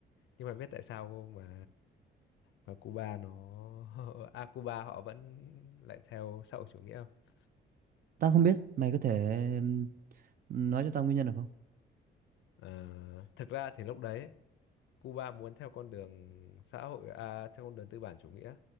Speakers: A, on the left; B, on the right.
A: nhưng mà biết tại sao mà mà Cuba nó <laughs> à, Cuba họ vẫn lại theo xã hội chủ nghĩa không?
B: Tao không biết. Mày có thể ừm, nói cho tao nguyên nhân được không?
A: Ờ, thực ra thì lúc đấy ấy, Cuba muốn theo con đường xã hội à, theo con đường tư bản chủ nghĩa